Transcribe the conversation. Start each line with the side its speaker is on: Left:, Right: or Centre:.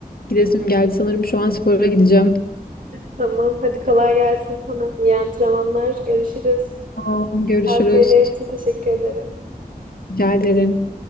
Left: gidesim geldi. Sanırım şu an spora gideceğim.
Right: Tamam. Hadi kolay gelsin sana. İyi antrenmanlar. Görüşürüz.
Left: Tamam. Görüşürüz.
Right: Tavsiyelerin için teşekkür ederim.
Left: Rica ederim.